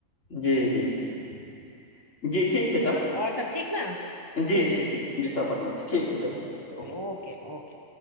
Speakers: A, on the left; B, on the right.
A: जी- जी -जी- जी ठीक छैय
B: चलू
A: तब।
B: आओर सब ठीक ने
A: जी-
B: ठीक छै ठीक
A: जी सब बढ़िआँ छैय। ठीक छै चलु ओके- ओके।
B: ओके-ओके।